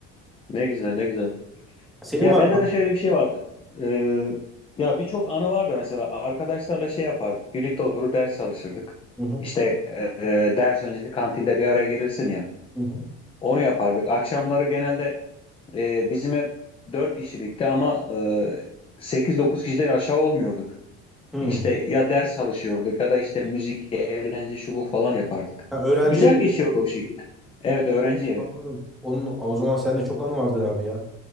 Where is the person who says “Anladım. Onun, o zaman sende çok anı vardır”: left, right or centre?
Centre